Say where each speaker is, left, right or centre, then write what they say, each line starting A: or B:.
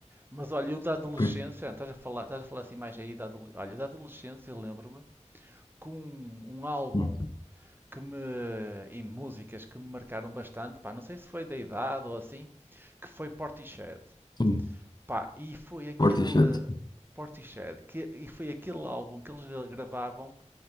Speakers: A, on the right; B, on the left.
A: Mas olha, eu da adolescência,
B: Pois,
A: estás a falar, estás a falar assim mais aí da adolescência. Olha, da adolescência, lembro-me com um, um álbum
B: sim,
A: que me, e músicas que me marcaram bastante, pá, não sei se foi da idade ou assim, que foi Portishead.
B: sim.
A: Pá, e foi aquele
B: Portishead.
A: Portishead, que, e foi aquele álbum que eles gravavam